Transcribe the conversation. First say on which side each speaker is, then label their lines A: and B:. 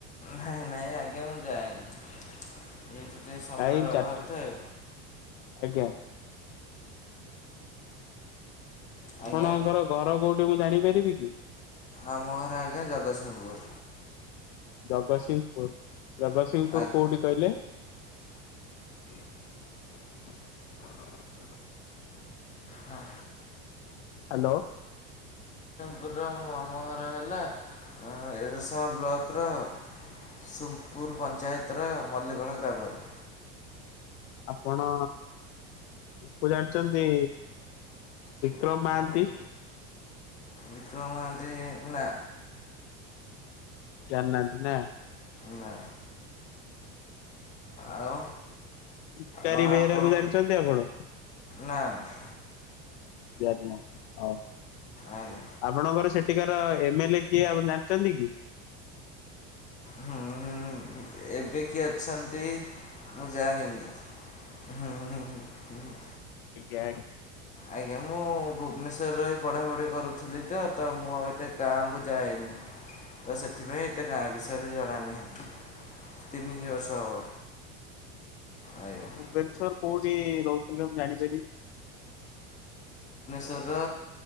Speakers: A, on the left (about 20°); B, on the left (about 80°).
A: ନାଇଁ ନାଇଁ ଆଜ୍ଞା ମୁଁ ଯାଏନି। ଯେହେତୁ ଟିକେ ସମୟର
B: କାଇଁ
A: ଅଭାବ
B: ଚାରିଟ
A: ଥାଏ
B: ଆଜ୍ଞା। ଆପଣଙ୍କର
A: ଆଜ୍ଞା
B: ଘର କୋଉଠି ମୁଁ ଜାଣିପାରିବି କି?
A: ଆମ ଘର ଆଜ୍ଞା ଜଗତସିଂହପୁର
B: ଜଗସିଂପୁର ଜଗସିଂପୁର
A: ଆଜ୍ଞା
B: କୋଉଠି କହିଲେ? <inaudible>
A: ହଁ।
B: ହାଲୋ।
A: ପୁରା ମୋ ମାମୁଁ ଘର ହେଲା ଏଁ ଏରସମା ବ୍ଲକର ସୋମପୁର ପଞ୍ଚାୟତର ମଲିକଣ ଗ୍ରାମରେ।
B: ଆପଣ କୁ ଜାଣିଛନ୍ତି। ବିକ୍ରମ ମାହାନ୍ତି।
A: ବିକ୍ରମ ମହାନ୍ତି ନା।
B: ଜାଣିନାହାନ୍ତି ନା।
A: ନା। ଆଉ
B: ଭିକାରୀ
A: ଆଉ
B: ବେହେରାକୁ
A: ଆପଣ
B: ଜାଣିଛନ୍ତି ଆପଣ?
A: ନା ନା।
B: <unintelligible> ହଉ
A: ଆଜ୍ଞା।
B: ଆପଣଙ୍କର ସେ ଠିକାର ଏମ ଏଲ ଏ କିଏ ଆପଣ ଜାଣିଚନ୍ତି କି?
A: ହୁଁ ହୁଁ ଏବେ କିଏ ଅଛନ୍ତି ମୁଁ ଜାଣିନି। ହୁଁ ହୁଁ।
B: ଗ୍ୟାଙ୍ଗ
A: ଆଜ୍ଞା ମୁଁ ଭୁବନେଶ୍ୱର ରେ ରହି ପଢ଼ାପଢ଼ି କରୁଥିଲି ତ, ତ ମୁଁ ଆଉ ଏତେ ଗାଁକୁ ଯାଏନି। ତ ସେଥିପାଇଁ ଏତେ ଗାଁ ବିଷୟରେ ଜଣା ନାହିଁ। ତିନି
B: ଆଜ୍ଞା
A: ଇଅ ବର୍ଷ
B: ଆଜ୍ଞା।
A: ହବ, ଆଜ୍ଞା।
B: ଭୁବନେଶ୍ଵର କୋଉଠି ରହୁଥିଲେ ମୁଁ ଜାଣିପାରିବି?
A: ତର